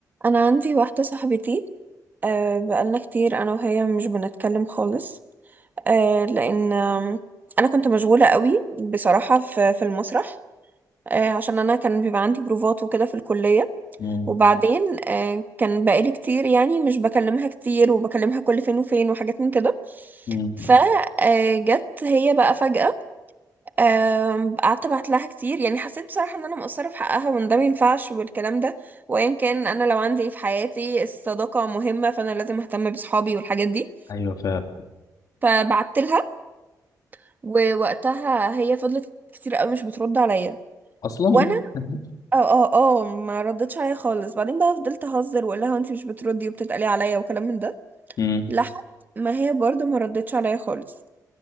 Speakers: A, on the right; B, on the left.
A: انا عندي واحده صاحبتي أه بقالنا كتير انا وهي مش بنتكلم خالص أه لان آم، انا كنت مشغوله قوي بصراحه في في المسرح أه عشان انا كان بيبقى عندي بروفات وكده في الكليه
B: مم.
A: وبعدين أه كان بقالي كتير يعني مش بكلمها كتير وبكلمها كل فين وفين وحاجات من كده
B: مم.
A: فجت هي بقى فجاه أم، قعدت ابعت لها كتير يعني حسيت بصراحه ان انا مقصره في حقها وان ده ما ينفعش والكلام ده وايا كان انا لو عندي إيه في حياتي الصداقه مهمه فانا لازم اهتم بصحابي والحاجات دي
B: ايوه فعلا
A: فبعت لها ووقتها هي فضلت كتير قوي مش بترد عليا
B: اصلا
A: وانا
B: <laughs>
A: اه اه اه ما ردتش عليا خالص بعدين بقى فضلت اهزر واقول لها انت مش بتردي وبتتقلي عليا وكلام من ده
B: مم.
A: لحد ما هي برضو ما ردتش عليا خالص